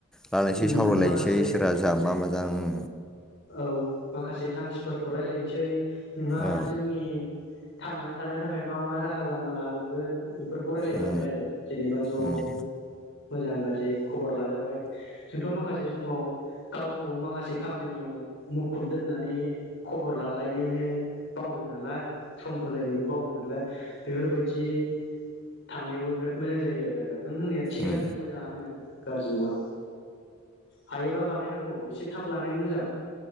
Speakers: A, in the centre; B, on the left.
A: लालायनोसै
B: उम
A: सावरायलायनोसै
B: माखासे
A: सोरबा जोंहा मा मा जां ओं
B: औ माखासे थांखि फोरखौ रायलायनोसै नोंहा
A: औ
B: जिउनि थांनानै थानाय थाखाय मा मा राहा लामा लागोन? बेफोरखौ रायलाय
A: उम
B: जाबाय आरो जेनेबा जनो।
A: उम
B: मोजां गाज्रि खबर लाजाबाय जोंथ माखासे समाव गावखौ माखासे खामानियाव मुखुब दोननानै खबर लालायनोनो बावो नालाय। सम होलायनो बावो नालाय। बेफोरबायदि थांनायावबो बिराद मोजां जायो आरो आदा। नों होननाया थिगानो
A: उम
B: मोजाङानो। गाज्रि नङा हायोबा बानायनांगौ एसे थाब लानायानो मोजां।